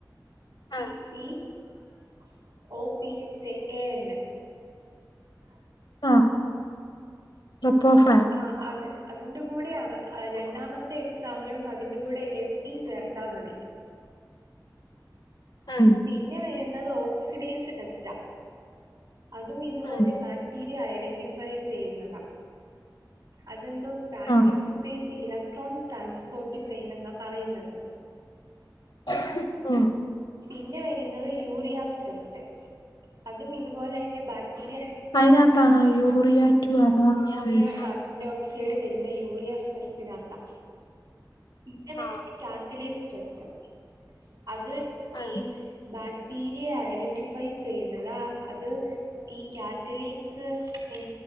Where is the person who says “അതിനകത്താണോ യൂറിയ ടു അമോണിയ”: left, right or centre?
Left